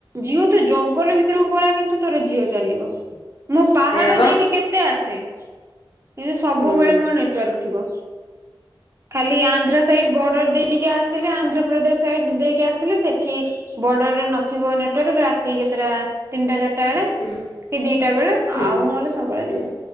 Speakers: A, on the right; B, on the left.
A: ଜିଓ ତୁ ଜଙ୍ଗଲ ଭିତରକୁ ପଳା କିନ୍ତୁ ତୋର ଜିଓ ଚାଲିବ। ମୁଁ ପାହାଡ଼
B: ସେଇଆବା
A: ଦେଇକି କେତେ ଆସେ। ହେଲେ ସବୁବେଳେ
B: ହୁଁ
A: ମୋର ନେଟୱର୍କ ଥିବ ଖାଲି ଆ ଧ୍ର ସାଇଡ ବର୍ଡର ଦେଇ ଟିକେ ଆସିଲେ ଆନ୍ଧ୍ରପ୍ରଦେଶ ସାଇଡ ଦେଇକି ଆସିଲେ ସେଠି। ବର୍ଡର ରେ ନଥିବ ନେଟୱାର୍କ ରାତି କେତେଟା। ତିନିଟା ଚାରିଟା ବେଳେ
B: ହୁଁ
A: କି ଦିଟା ବେଳେ
B: ହୁଁ
A: ଆଉ ନହେଲେ ସବୁବେଳେ
B: ହୁଁ
A: ଥିବ।